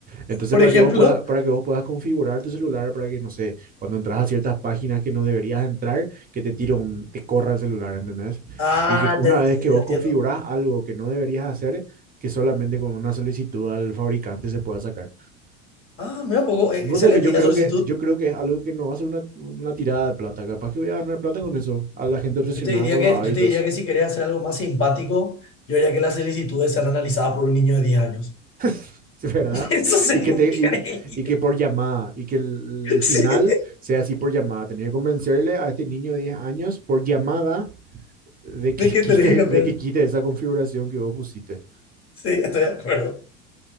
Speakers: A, on the right; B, on the left.
A: Entonces,
B: Por
A: para
B: ejemplo,
A: que vos puedas, para que vos puedas configurar tu celular, para que, no sé, cuando entras a ciertas páginas que no deberías entrar, que te tire un, te corra el celular, ¿entendés?
B: ah,
A: Y que una
B: ya, ya-
A: vez que
B: ya-
A: vos
B: ya entiendo.
A: configurás algo que no deberías hacer, que solamente con una solicitud al fabricante se pueda sacar.
B: Ah, mira, un poco, e-
A: Vos
B: excelente.
A: sabés que yo
B: Y
A: creo
B: la solicitud,
A: que, yo creo que es algo que no va a ser una, una tirada de plata. Capaz que voy a ganar plata con eso, a la gente obsesionada
B: yo te diría
A: con
B: que,
A: los hábitos.
B: yo te diría que si querés hacer algo más simpático, yo diría que las solicitudes sean analizadas por un niño de 10 años.
A: <laughs> ¿sí, ¿verdad?
B: <laughs> Eso sería
A: Y que, te,
B: increíble.
A: y, y que por llamada, y que el, el, final
B: Sí.
A: sea así por llamada. Tenía que convencerle a este niño de 10 años por llamada de que
B: ¿De qué
A: <laughs> quite,
B: tenés que cambiar?
A: de que quite esa configuración que vos pusiste.
B: Sí, estoy de acuerdo.